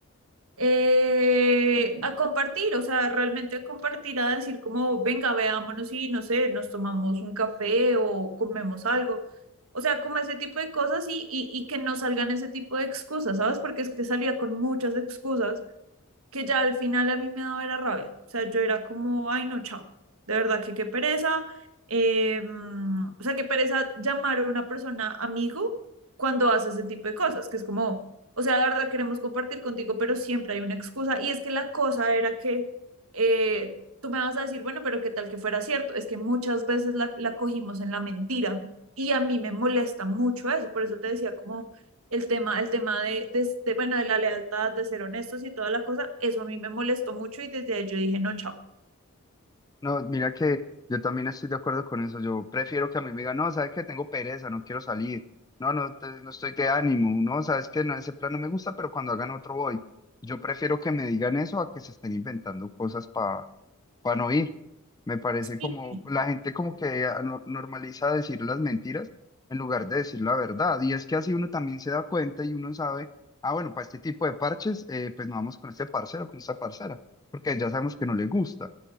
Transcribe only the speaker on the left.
No, mira que yo también estoy de acuerdo con eso. Yo prefiero que a mí me digan, no, sabes que tengo pereza, no quiero salir. No, no, te- no estoy de ánimo. No, sabes que no, ese plan no me gusta, pero cuando hagan otro voy. Yo prefiero que me digan eso a que se estén inventando cosas para no ir. Me parece
como la gente como que ah, no- normaliza decir las mentiras en lugar de decir la verdad. Y es que así uno también se da cuenta y uno sabe, ah, bueno, para este tipo de parches, eh, pues no vamos con este parcero, con esta parcera, porque ya sabemos que no le gusta.